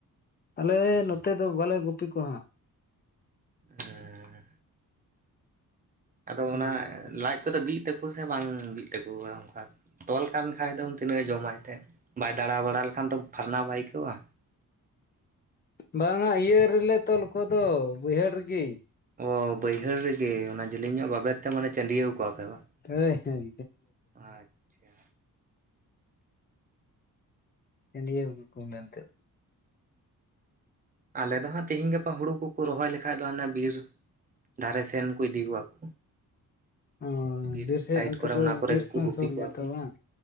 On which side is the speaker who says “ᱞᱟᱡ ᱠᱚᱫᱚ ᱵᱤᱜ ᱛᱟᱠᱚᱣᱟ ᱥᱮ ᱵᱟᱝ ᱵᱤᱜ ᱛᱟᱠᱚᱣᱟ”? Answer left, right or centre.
Right